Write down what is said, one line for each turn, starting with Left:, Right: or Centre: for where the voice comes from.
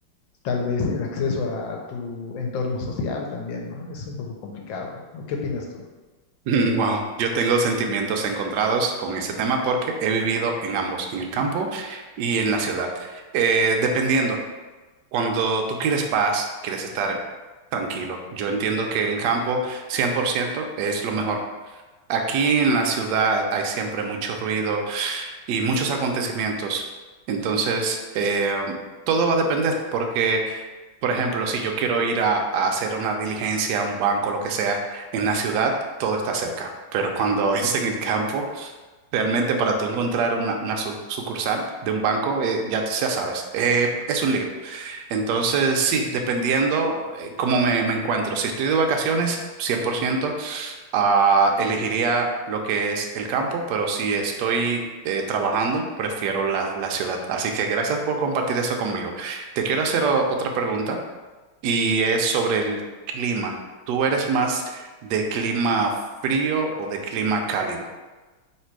Left: tal vez el acceso a, tu entorno social también, ¿no? Es un poco complicado, ¿no? ¿Qué opinas tú?
Right: Mm, Wow, yo tengo sentimientos encontrados con ese tema porque he vivido en ambos, en el campo y en la ciudad. Eh, dependiendo. Cuando tú quieres paz, quieres estar tranquilo. Yo entiendo que el campo 100%, es lo mejor. Aquí en la ciudad hay siempre mucho ruido y muchos acontecimientos. Entonces, eh, todo va a depender porque, por ejemplo, si yo quiero ir a, a hacer una diligencia, a un banco, lo que sea, en la ciudad, todo está cerca. Pero cuando <laughs> es en el campo, realmente para tú encontrar una, una su- sucursal de un banco, eh, ya, ya sabes, eh, es un lío. Entonces, sí, dependiendo eh, cómo me, me encuentro. Si estoy de vacaciones, 100%, ah, elegiría lo que es el campo, pero si estoy eh, trabajando, prefiero la, la ciudad. Así que gracias por compartir eso conmigo. Te quiero hacer o- otra pregunta y es sobre el clima. ¿Tú eres más de clima frío o de clima cálido?